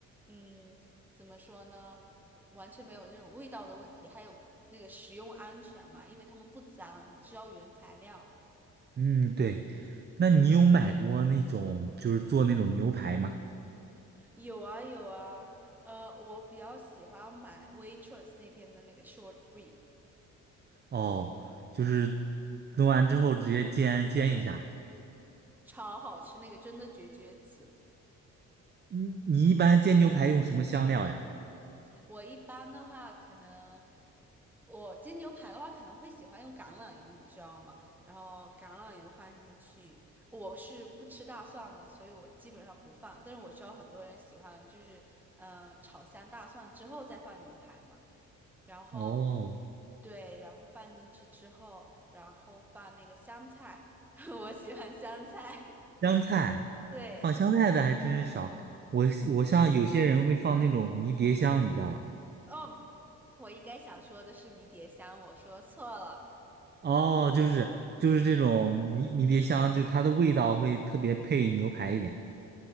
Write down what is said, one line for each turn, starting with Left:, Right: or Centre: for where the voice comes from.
Centre: 嗯，怎么说呢？完全没有那种味道的问题，还有那个食用安全嘛，因为他们不脏，你知道原材料。
Right: 嗯，对。那你有买过那种就是做那种牛排吗？
Centre: 有啊有啊，呃，我比较喜欢买 Waitrose 那边的那个 short rib。
Right: 哦，就是弄完之后直接煎煎一下。
Centre: 超好吃，那个真的绝绝子。
Right: 你你一般煎牛排用什么香料呀？
Centre: 我一般的话，可能我煎牛排的话，可能会喜欢用橄榄油，你知道吗？然后橄榄油放进去，我是不吃大蒜的，所以我基本上不放。但是我知道很多人喜欢，就是嗯，炒香大蒜之后再放牛排嘛。然后
Right: 哦，
Centre: 对，然后放进去之后，然后放那个香菜，<laughs> 我喜欢香菜，
Right: 香菜，
Centre: <laughs> 对。
Right: 放香菜的还真是少。我我像有些人会放那种迷迭香，你知道吧？
Centre: 哦，我应该想说的是迷迭香，我说错了。
Right: 哦，就是就是这种迷迷迭香，就是它的味道会特别配牛排一点。